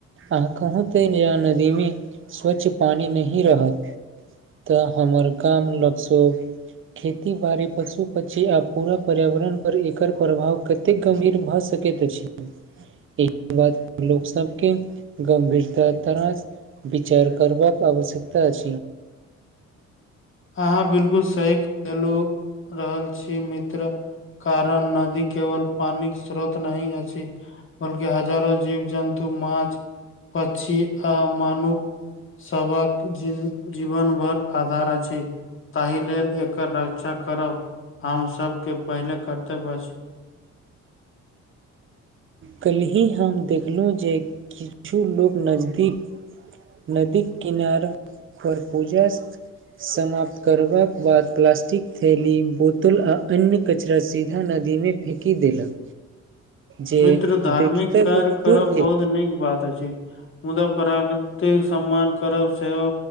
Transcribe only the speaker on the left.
अहाँ बिलकुल सही कहलू रहल छी मित्र कारण नदी केवल पानी स्रोत नहि अछि बलकि हजारो जीव जन्तु मछ पछी आ मानुक सबक जी जीवन भर आधार अछि ताहि लेल एकर रक्षा करब हम सबके पहिले कर्तेव्य अछि
मित्र धार्मिक
कार्य
करब
बहुत नीक बात अछि मुदा प्राकृतिक सम्मान करब सेहो